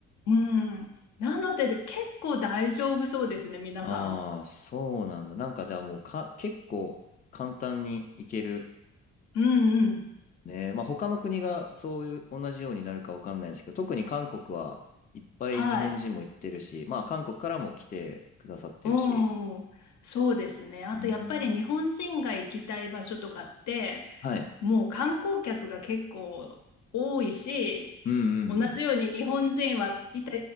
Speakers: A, on the left; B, on the left.
A: うん。なので結構大丈夫そうですね、皆さん。
B: ああ、そうなんだ。なんかじゃあもうか、結構簡単にいける。
A: うんうん。
B: ね。まあ他の国がそういう同じようになるかわかんないですけど、特に韓国はいっぱい日本人も行ってるし、
A: はい。
B: まあ韓国からも来てくださってるし。
A: うん、そうですね。あとやっぱり日本人が行きたい場所とかって、
B: うん。はい。
A: もう観光客が結構多いし、
B: うんうんうん。
A: 同じように日本人はいた、